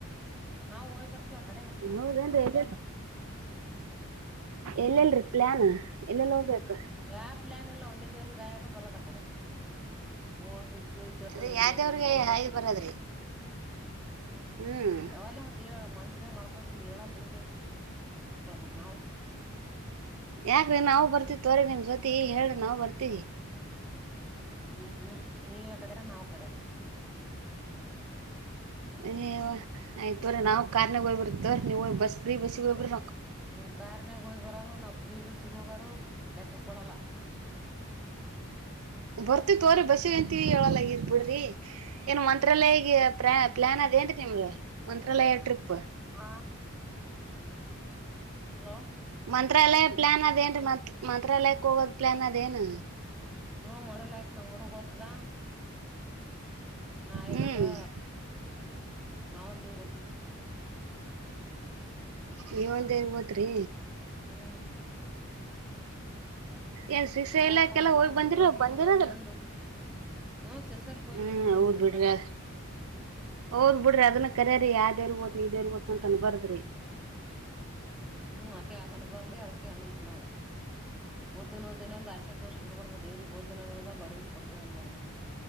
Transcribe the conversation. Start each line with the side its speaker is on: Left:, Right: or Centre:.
Centre: ನಾವವು ಹಯ್ ಬರ್ತೀವಿ ಆ ಕಡೆ
Right: ಹೌದೇನ್ರಿ ಎಲ್ಲೆಲ್
Centre: ಹ್ಮ್
Right: ಎಲ್ಲೆಲ್ರಿ ಪ್ಲಾನ್ ಎಲ್ಲೆಲ್ಲಿ ಹೋಗ್ಬೇಕು
Centre: ಯಾವ ಪ್ಲಯಾನ್ ಇಲ್ಲ ಒಂದೇ ದೇವ್ರ ಗಾಯದು ಬರೋದ ಆ ಕಡೆ ಓ ಸಿದ್ದ ಇದು
Right: ಅದೇ
Centre: ದವಗೆಲ್ಲ
Right: ಯಾವ್ದೇವ್ರಿಗೆ
Centre: ದೇರ್ಗ ಹೋಗಲ್ಲ
Right: ಹಾಯ್ ಬರದ್ರಿ ಹ್ಮ್
Centre: ಯಾವಲ್ಲ ಒಂದ ದೇವ ಮನ್ಸನೇ ಮಾಡ್ಕೊ ಹೇಳ ನಿಮಗೆ ಕೇಳ್ಬಕ್ ನಾವು
Right: ಯ ನವು ಬರ್ತಿವ್ರ ನಿ್ ಜೊ ಹೇಳ ನಾವು ಬರ್ತೀವಿ
Centre: ಹ್ಮ್ ಹ್ಮ್ ನೀವ ಯ ಕಡೆ ನಾವು ಕಡೆಕ್ಕ
Right: ಏ ಆಯ್ತ ಬರ ನಾವು ಕಾರ್ನಾಗ ಹಯ್ಬಿರ್ತವಿ ಇ ನೀವು ಬಸ್ ಬ್ರಿ ಬಸ್ ಇಬ್್ರ
Centre: ನೀವ್ ಕಾರಾರ್ನಾಗ ಹಯ್ ಬರ್ರರು ನಪ್ರಿ ಬ ಇಚ್ಚಿಿಕಗಾರ ಲೆಕ್ಕಕ ಪಡಲ್ಲ
Right: ಬರ್ತಿ ತೋ್ರರಿ ಬಸ್ಸಿಗೆ ಅಂತೀವಿ ಹೇಳಲ್ಲಗ ಇರ್ಬಿಡ್ರಿ ಏನು ಮಂತ್ರಾಲಯಗೆ ಪ್ರಾ ಪ್ಲಾನ್ ಅದ ಏನ್ರಿ ನಿಮಗೆ ಮಂತ್ರಾಲಯ ಟ್ರಿಪ್
Centre: ಹ ಹಲೋ
Right: ಮಂತ್ರಾಲಯ ಪ್ಲಾ ಅದೇನ್ ರೀ ಮತ್ ಮಂತ್ರಾಲಯಕ್ಕೆ ಹೋಗೋದ್ ಪ್ಲಯಾನ್ ಅದೇನು
Centre: ಹಾ ಮರಲ್ಯಕ್ ನ ಮೂಡುಗ ಹೋತದ ನಾಯನದಾ
Right: ಹ್ಮ್
Centre: ನಾವ ದೇವ್ರತಿ
Right: ನೀವ ಒಂದ ಗೊತ್ತ ತ್ರ್ರೇ
Centre: ಹ್ಮ್
Right: ಏನ್ ಶಕ್ಷೆ
Centre: ಆಗವಾಗ
Right: ಇಲ್ಲಾ ಕೆಲ್ಲ
Centre: ಹೇಳ್ಬಾರ್ದು
Right: ಹೋಗಿ ಬಂದಿರ
Centre: ಓತ್ನೊಂದ್
Right: ಬಂದಿರದ
Centre: ಓತ್ನೊಂದು ಹ್ಮ್ ಸಿರ್ಸಲ್ಕ್ ಹೋಗಿ
Right: ಹ್ಮ್
Centre: ಬಂದಿವ್ರಿ
Right: ಹೌದ್
Centre: ನಡ್ಕತ
Right: ಬಿಡ್ರಿ ಹೌದ್ ಬಿಡ್ರಿ ಅದನ್ನ ಕರ್ಯರಿ ಯಾವ್ದ್ಯವ್ರ ನೀೇನ್ ಗೊತ್ತಂತಾನ ಬರ್ದ್ರಿ
Centre: ಹ್ಮ್ ಅದಕ ಆಗ ಅನ್ಬಾರ್ದ ಅದಕ್ಕೆ ಅನ್ಲ್ರಿ ನಾವು ಓ್ಿನ ಓದಿನ ಅಂದ ಆಸ್ಯಾತ್ ವರ್ಷ ಬಿಬಡ್ದ ಇವ್ರಿಗೆ ದ್ನ ಅನ್ ಅ ಬಡಿಗ್ ಕೊಡ್ತೇ ಅನ್ಬಡ್ದ